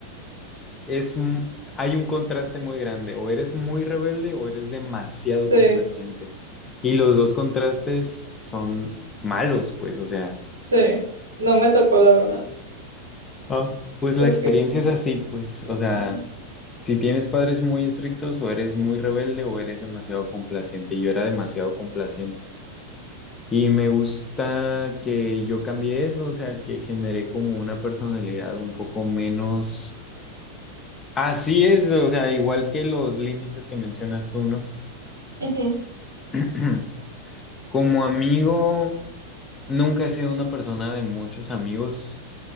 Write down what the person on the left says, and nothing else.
es, m- hay un contraste muy grande, o eres muy rebelde o eres demasiado
complaciente. Y los dos contrastes son malos, pues, o sea,
ah, pues
la experiencia
es así, pues, o sea,
si tienes padres muy estrictos, o eres muy rebelde o eres demasiado complaciente. Y yo era demasiado complaciente. Y me gusta que yo cambié eso, o sea, que generé como una personalidad un poco menos... Así es, o sea, igual que los límites que mencionas tú, ¿no?
<clears throat> Como amigo, nunca he sido una persona de muchos amigos,